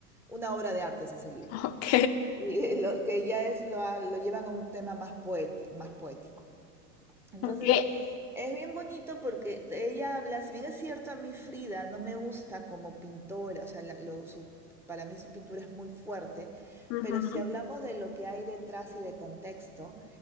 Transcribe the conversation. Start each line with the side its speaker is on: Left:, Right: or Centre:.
Centre: una obra de arte, es ese libro.
Left: Ok.
Centre: Y eh, lo que ya es lo, a- lo llevan a un tema más poeti- más poético. Entonces,
Left: Ok.
Centre: es bien bonito porque ella habla, si bien es cierto, a mí Frida no me gusta como pintora, o sea, la- lo- su- para mí su pintura es muy fuerte,
Left: Ujú.
Centre: pero si hablamos de lo que hay detrás y de contexto,